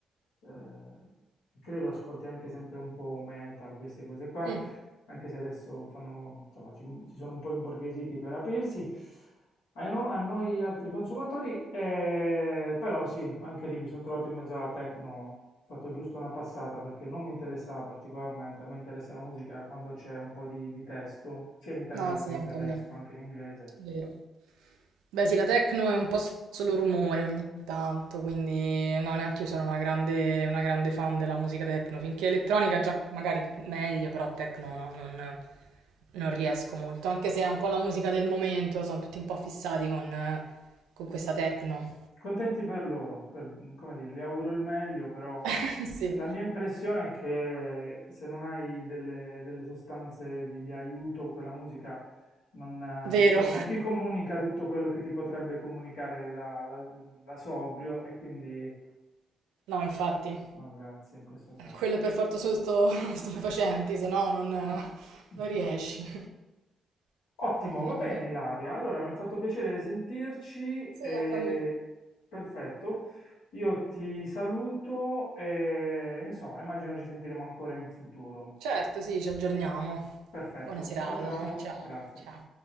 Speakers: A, on the left; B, on the right.
A: eh, che credo ascolti anche sempre un po' metal, queste cose qua,
B: Mh.
A: anche se adesso fanno, insomma, si, si sono un po' imborghesiti per aprirsi. Ai no- a noi altri consumatori, eh, però sì, anche lì mi sono trovato in mezzo alla techno, ho fatto giusto una passata perché non mi interessava particolarmente, a me interessa la musica quando c'è un po' di, di testo, sia in italiano
B: No, sì,
A: che in
B: anche
A: tedesco,
B: a me.
A: anche in inglese.
B: Vero. Beh, sì, la techno è un po' solo rumore ogni tanto, quindi no, neanch'io sono una grande una grande fan della musica techno. Finché elettronica già magari meglio, però techno no, non non riesco molto, anche se è un po' la musica del momento, sono tutti un po' fissati con con questa techno.
A: Contenti per loro, per- come dire, gli auguro il meglio, però
B: <laughs> Sì,
A: La mia impressione è che se non hai delle, delle sostanze di, di aiuto, quella musica non, eh,
B: vero.
A: diciamo, non ti comunica tutto quello che ti potrebbe comunicare da, da- da sobrio e quindi eh,
B: No, infatti.
A: no, grazie in questo caso.
B: Eh, Quelle per forza sono sto- <laughs> stupefacenti, se no non, non
A: Mm. <laughs>
B: riesci.
A: Ottimo,
B: È vero.
A: va bene Ilaria. Allora, mi ha fatto piacere sentirci
B: Sì,
A: e
B: anche a me.
A: perfetto. Io ti saluto e insomma, immagino ci sentiremo ancora in futuro.
B: Certo, sì, ci aggiorniamo.
A: Perfetto,
B: Buona serata.
A: ciao ciao,
B: <laughs> Ciao,
A: grazie.
B: ciao.